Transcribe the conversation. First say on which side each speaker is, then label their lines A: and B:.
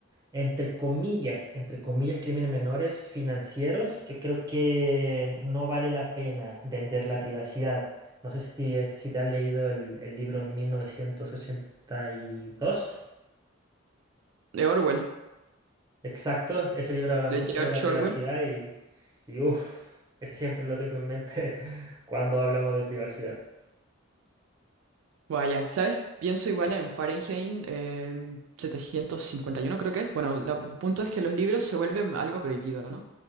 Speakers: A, on the right (about 20°); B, on the right (about 80°).
A: entre comillas, entre comillas, crímenes menores financieros, yo creo que no vale la pena vender la privacidad. No sé si, si te has leído el, el libro en 1982.
B: De Orwell,
A: Exacto, ese libro habla
B: de
A: mucho
B: George
A: de la privacidad
B: Orwell.
A: y, y uff, ese siempre lo tengo en mente <laughs> cuando hablamos de privacidad.
B: Vaya, ¿sabes? Pienso igual en Fahrenheit eh, 751 creo que es. Bueno, la- el punto es que los libros se vuelven algo prohibido, ¿no?